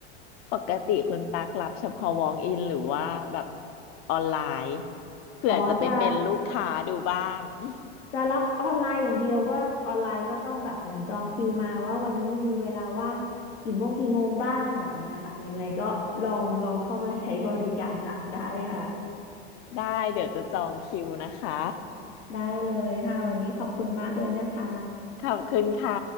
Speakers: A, on the left; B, on the left.
A: ปกติคุณตักรับเฉพาะ walk in หรือว่าแบบออนไลน์เผื่อจะไปเป็นลูกค้าดูบ้าง
B: อ๋อจะ
A: <laughs>
B: จะรับออนไลน์อย่างเดียวก็ออนไลน์ก็ต้องแบบมันจองคิวมาว่าวันนี้มีเวลาว่างกี่โมงกี่โมงบ้างแบบเนี้ยค่ะยังไงก็ลองลองเข้ามาใช้บริการ <laughs> ตักได้ค่ะ
A: ได้เดี๋ยวจะจองคิวนะคะ
B: ได้เลยค่ะวันนี้ขอบคุณมากเลยนะคะ
A: ขอบคุณค่ะ